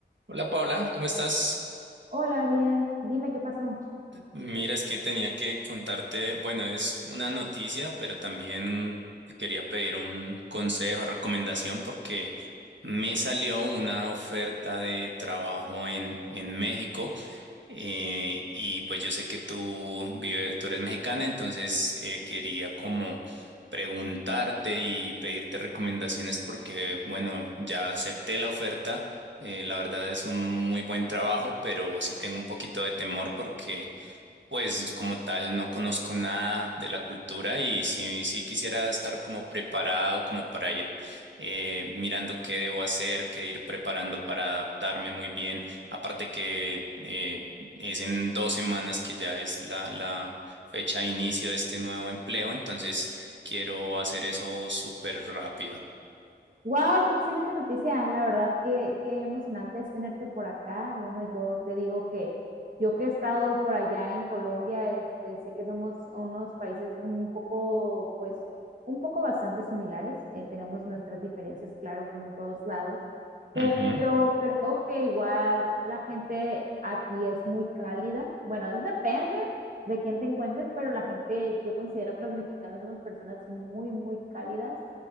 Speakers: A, on the right; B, on the right.
A: Hola Paula, ¿cómo estás?
B: Hola, bien. Dime qué pasó.
A: Mira, es que tenía que contarte, bueno, es una noticia, pero también te quería pedir un consejo, recomendación, porque me salió una oferta de trabajo en, en México. Eh, y pues yo sé que tú vives, tú eres mexicana, entonces eh, quería como preguntarte y pedirte recomendaciones porque, bueno, ya acepté la oferta. Eh, la verdad es un muy buen trabajo, pero sí tengo un poquito de temor porque pues como tal, no conozco nada de la cultura y sí, sí quisiera estar como preparado, como para ir eh, mirando qué debo hacer, qué ir preparando para adaptarme muy bien. Aparte que eh, es en dos semanas que ya es la, la fecha de inicio de este nuevo empleo, entonces quiero hacer eso súper rápido.
B: Wow, qué excelente noticia. La verdad que qué emocionante es tenerte por acá. Bueno, yo te digo que yo que he estado por allá en Colombia, este, sé que somos unos países un poco, pues, un poco bastante similares. Eh, tenemos nuestras diferencias, claro, como en todos lados, pero
A: Ujú.
B: creo que igual la gente aquí es muy cálida. Bueno, es- depende de quién te encuentres, pero la gente, yo considero que los mexicanos somos personas muy, muy cálidas